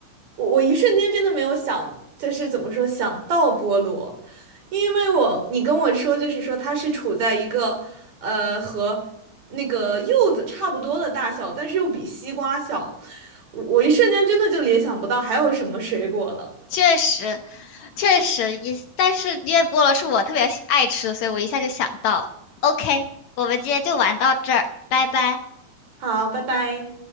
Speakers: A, on the right; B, on the left.
A: 我我一瞬间真的没有想，就是怎么说想到菠萝，因为我你跟我说就是说它是处在一个呃和那个柚子差不多的大小，但是又比西瓜小，我我一瞬间真的就联想不到还有什么水果了。
B: 确实，确实也，但是因为菠萝是我特别喜爱吃的所以我一下就想到了。OK，我们今天就玩到这儿，拜拜。
A: 好，拜拜。